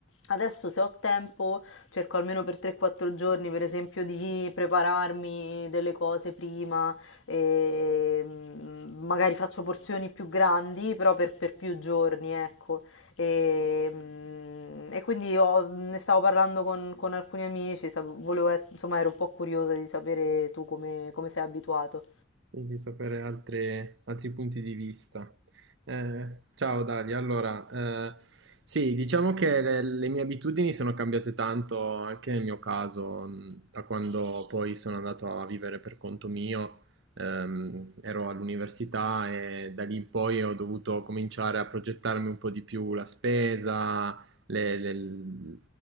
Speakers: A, on the left; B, on the right.
A: Adesso se ho tempo cerco almeno per 3-4 giorni, per esempio, di prepararmi delle cose prima, e mm, magari faccio porzioni più grandi, però per, per più giorni, ecco. E, mm, e quindi ho- ne stavo parlando con, con alcuni amici, sap- volevo ess- insomma ero un po' curiosa di sapere tu come, come sei abituato.
B: e di sapere altre- altri punti di vista. Eh, ciao Dalia, allora, eh, sì, diciamo che le, le mie abitudini sono cambiate tanto anche nel mio caso, mh, da quando poi sono andato a vivere per conto mio, ehm, ero all'università e da lì in poi ho dovuto cominciare a progettarmi un po' di più la spesa, le- le-